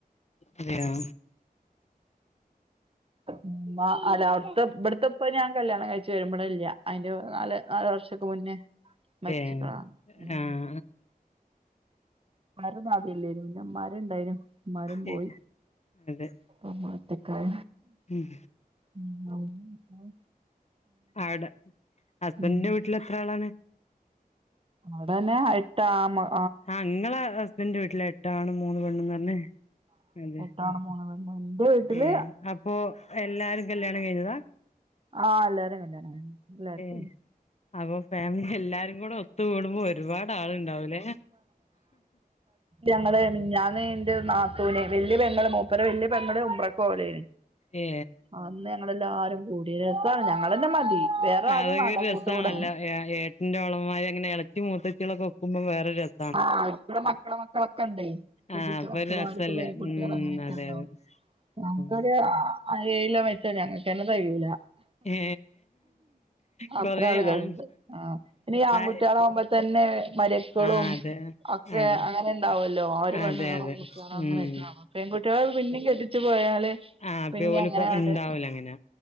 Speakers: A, on the left; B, on the right.
A: അദ്ദേയെ
B: <unintelligible> അല്ല <unintelligible> ഇവിടത്തെപ്പ ഞാൻ കല്യാണം കഴിച്ച് വരുമ്പോളെ ഇല്ല അതിന്റെ നാല് നാല് വർഷോക്കെ മുന്നേ മരിച്ചിക്ക്ണാ
A: ഏ.
B: ഉം
A: ആഹ
B: മ്മാരും മാതില്ലേും പിന്നെ മ്മാര് ഇണ്ടായിന്നു മ്മാരും
A: ശെ
B: പോയി
A: അതെ
B: പ്പ മ്മറ്റക്കായ
A: ഉം
B: ഉ ആ
A: അവടെ, ഹസ്ബൻറിന്റെ
B: ഉം
A: വീട്ടിൽ എത്രാളാണ്?
B: അടെന്നെ എട്ട് ആൺ മ
A: ഞങ്ങളെ ഹസ്ബൻഡന്റെ വീട്ടിലെ എട്ട് ആണും മൂന്ന് പെണ്ണന്ന് പറഞ്ഞെ അതെ
B: രാണും മൂന്ന് പെണ്ണും വീട്ടില്
A: ഏ അപ്പൊ എല്ലാരും കല്യാണം കഴിഞ്ഞതാ
B: ആഹ് എല്ലാരും അങ്ങന്നെണ് ല്ലാർക്കും
A: ഏ അപ്പൊ ഫാമിലി എല്ലാരും കൂടെ ഒത്തു കൂടുമ്പോ ഒരുപാട് ആള്ണ്ടാവൂലേ
B: ഞങ്ങള്ൾ ഞാൻ മിഞ്ഞാന്ന് ന്റെ നാത്തുവിനെ വല്യ പെങ്ങളും മുപ്പര വല്ല്യയ പെങ്ങളും ലെ
A: ഏ
B: അന്ന് ഞങ്ങെല്ലാരും കൂടിയ രസമാണ് ഞങ്ങളെന്നാ മതി വേറെ ആരും
A: അതൊക്കെ
B: വേണ്ട
A: ഒരു രസാണല്ലോ.
B: കൂട്ടുകൂടാൻ
A: ഏട്ടൻ്റോള്മാരി അങ്ങനെ എളച്ചി മൂത്തച്ചികളൊക്കെ ഒക്കുമ്പോ വേറൊരു രസം
B: ആ് അവര്ക്ക്ള്ള മക്കളെ മക്കളൊക്കെണ്ടേയ്. കെട്ടിച്ച
A: ആഹ് അപ്പൊ
B: മക്കളു
A: ഒരു രസല്ലേ
B: അവര്ക്ക് പേര കുട്യളു
A: ഉം
B: അങ്ങനെക്കെണ്ടോ
A: അതെ അതെ
B: ഞങ്ങക്കൊരു
A: ഉം
B: ഏഴിലോ വെച്ച ഞങ്ങക്കന്നെ തെകയൂല
A: ഏ കൊറെ
B: അത്ര ആളുകൾ
A: ആൾ
B: ഉണ്ട് പിന്നെ ഈ ആൺകുട്ടികളാവകുമ്പ
A: ആ
B: തന്നെ.. മര്യക്കളും
A: ആ അതെ
B: ഒക്കെ
A: അതെ
B: അങ്ങനെ ണ്ടാവൊല്ലൊ. ഒരുപെണ്ണുങ്ങളും
A: അതെ അതെ
B: കുട്ടിയളും
A: ഉം
B: അങ്ങനെയൊക്കാണ് പെൺകുട്യാളൊക്കെ പിന്നിം കെട്ടിച്ചു പോയാല്
A: ആഹപ്പ
B: പിന്നെ
A: പോ ഓല
B: അങ്ങനെങ്ങട്ട്
A: ഉണ്ടാവൂല അങ്ങനെ